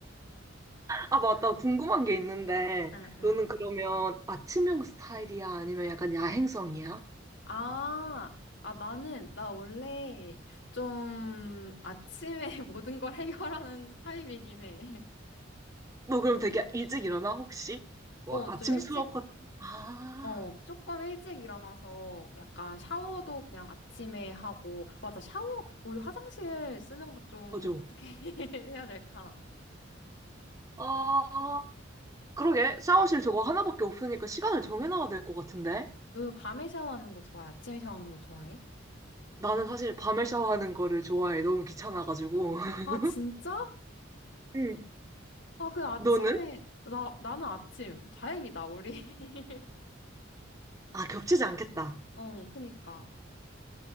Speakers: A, on the right; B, on the left.
A: 아, 맞다. 궁금한 게 있는데,
B: 응, 응.
A: 너는 그러면 아침형 스타일이야? 아니면 약간 야행성이야?
B: 아, 아, 나는, 나 원래 좀 아침에 <laughs> 모든 걸 해결하는 타입이긴 해. <laughs>
A: 너 그럼 되게 일찍 일어나, 혹시? 뭐,
B: 어,
A: 아침
B: 좀 일찍
A: 수업 같, 아,
B: 어, 조금 일찍 일어나서 약간 샤워도 그냥 아침에 하고, 맞아, 샤워, 우리 화장실 쓰는 거 좀
A: 맞아.
B: 어떻게 <laughs> 해야 될까?
A: 아, 그러게. 샤워실 저거 하나밖에 없으니까 시간을 정해놔야 될 것 같은데?
B: 너 밤에 샤워하는 거 좋아해? 아침에 샤워하는 거 좋아해?
A: 나는 사실 밤에 샤워하는 거를 좋아해. 너무 귀찮아가지고. <laughs>
B: 아, 진짜?
A: 응.
B: 아, 그 아침에,
A: 너는?
B: 나, 나는 아침. 다행이다, 우리. <laughs>
A: 아, 겹치지 않겠다.
B: 어, 그니까.